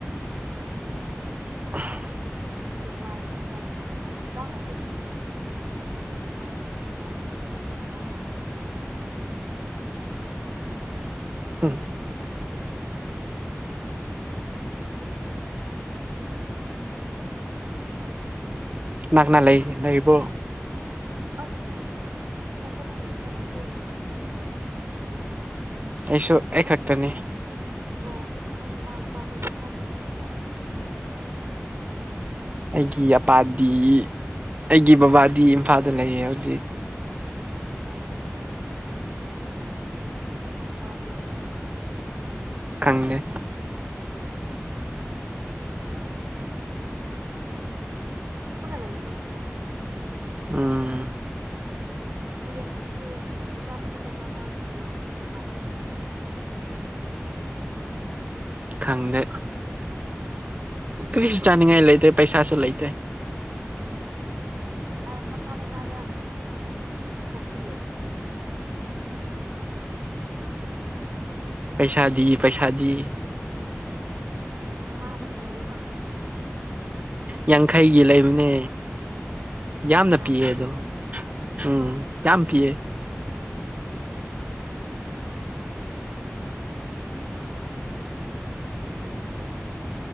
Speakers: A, on the right; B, on the right.
A: <inaudible>
B: ꯗꯨꯛ ꯂꯥꯏꯕꯕꯨ ꯆꯥꯛ ꯍꯦꯟꯖꯥꯡ ꯊꯣꯡꯕ ꯍꯤꯡꯖꯥꯡ ꯂꯩꯇꯦ ꯑꯗꯨꯝ ꯊꯣꯡꯕ ꯂꯥꯏꯗ ꯍꯦꯟꯖꯥꯡ ꯂꯩꯇ꯭ꯔꯗꯤ ꯑꯁ ꯃꯊꯥ ꯁꯥꯏ ꯑꯗꯨ ꯑꯣꯏꯔꯁꯨ ꯍꯤꯡꯖꯥꯡ ꯂꯩꯗꯤ ꯃꯊꯥ ꯁꯥꯗꯦ
A: ꯍꯨꯝ
B: ꯁꯦꯡꯕꯅꯦ ꯏꯁ
A: ꯅꯛꯅ ꯂꯩ ꯂꯩꯕ꯭ꯔꯣ
B: ꯍꯧꯖꯤꯛꯇꯤ ꯏꯊꯟꯇꯅꯦ ꯂꯩꯕ ꯅꯪꯗꯤ
A: ꯑꯩꯁꯨ ꯑꯩꯈꯛꯇꯅꯤ
B: ꯑꯣ ꯅꯣꯏ ꯅꯃꯥ ꯅꯄꯥ ꯈꯣꯏꯗꯤ ꯀꯥꯏ ꯆꯠꯈꯤꯕꯅꯣ ꯂꯩꯕ꯭ꯔꯣ
A: ꯑꯩꯒꯤ ꯑꯄꯥꯗꯤ ꯑꯩꯒꯤ ꯕꯕꯥꯗꯤ ꯏꯝꯐꯥꯜꯗ ꯂꯩꯌꯦ ꯍꯧꯖꯤꯛ
B: ꯑꯣ ꯅꯣꯏ ꯃꯥꯗꯤ
A: ꯈꯪꯗꯦ
B: ꯍꯤꯞꯄꯒ ꯂꯩꯌꯣ ꯅꯪꯁꯨ
A: ꯎꯝ
B: ꯍꯌꯦꯡꯁꯤ ꯍꯌꯦꯡꯗꯤ ꯁꯤꯡꯖꯨ ꯆꯥꯕ ꯆꯠꯀꯗ꯭ꯔꯣ ꯅꯣꯏ ꯍꯌꯦꯡꯗꯤ ꯅꯣꯡꯃꯥꯏꯖꯤꯡꯅꯤꯅ
A: ꯈꯪꯗꯦ
B: ꯑꯁ ꯀꯩꯒꯤꯔꯣ
A: ꯀꯔꯤꯁꯨ ꯆꯥꯅꯤꯡꯉꯥꯏ ꯂꯩꯇꯦ ꯄꯩꯁꯥ ꯂꯩꯇꯦ
B: ꯑ ꯃꯈꯥ ꯂꯩꯀꯥꯏꯗ ꯂꯨꯀꯣꯛꯄꯤ ꯂꯩꯁꯤꯗꯤ
A: ꯄꯩꯁꯥꯗꯤ
B: ꯃꯅꯤꯡ ꯂꯩꯀꯥꯏꯗꯨꯗ
A: ꯄꯩꯁꯥꯗꯤ
B: ꯅꯃꯥꯗ ꯅꯤꯌꯨ
A: ꯌꯥꯡꯈꯩꯒꯤ ꯂꯩꯕꯅꯦ ꯌꯥꯝꯅ
B: ꯌꯥꯝ
A: ꯄꯤꯌꯦ
B: ꯄꯤꯕ꯭ꯔꯣ
A: ꯑꯗꯣ ꯎꯝ
B: ꯑꯣ
A: ꯌꯥꯝ ꯄꯤꯑꯦ
B: ꯌꯥꯝ ꯐꯩꯅ ꯑꯗꯨꯗꯤ ꯑꯩꯁꯨ ꯂꯩꯕ ꯇꯥꯔꯦ